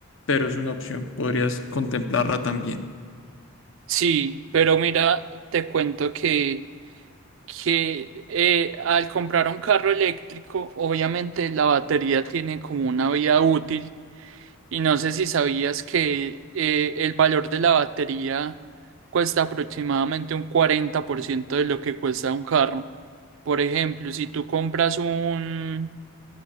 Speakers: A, on the left; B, on the right.
A: pero es una opción, podrías contemplarla también.
B: Sí, pero mira, te cuento que, que eh, al comprar un carro eléctrico, obviamente la batería tiene como una vida útil Y no sé si sabías que eh, el valor de la batería cuesta aproximadamente un 40% de lo que cuesta un carro. Por ejemplo, si tú compras un,